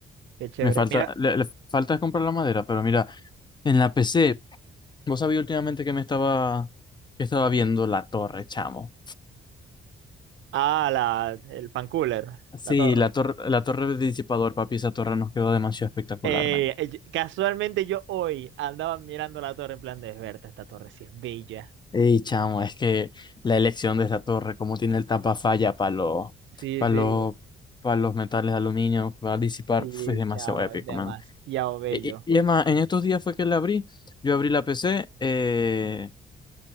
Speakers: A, on the right; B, on the left.
A: qué chévere.
B: Me falta,
A: Mira,
B: le, le falta comprar la madera, pero mira, en la PC, vos sabías últimamente que me estaba, que estaba viendo la torre, chamo.
A: ah, la, el fan cooler,
B: Sí,
A: la torre.
B: la torre, la torre de disipador, papi, esa torre nos quedó demasiado espectacular,
A: Eh,
B: man.
A: eh, casualmente yo hoy andaba mirando la torre en plan de Berta, esta torre sí es bella.
B: Ey, chamo, es que la elección de esa torre, como tiene el tapa falla para los,
A: Sí,
B: para
A: sí,
B: los, para los metales de aluminio, que va a disipar,
A: sí,
B: pf, es demasiado
A: chao,
B: épico,
A: demasiado
B: man.
A: bello.
B: Y, y- y es más, en estos días fue que la abrí. Yo abrí la PC, eh,